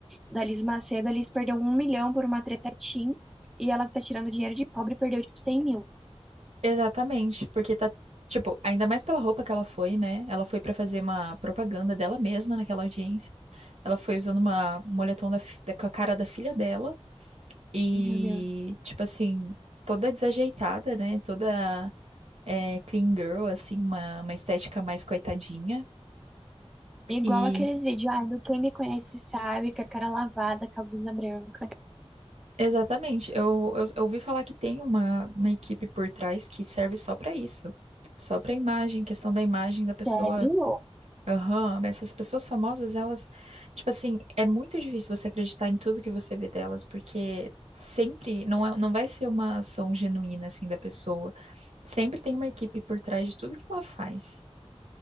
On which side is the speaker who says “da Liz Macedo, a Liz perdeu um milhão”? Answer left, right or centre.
Centre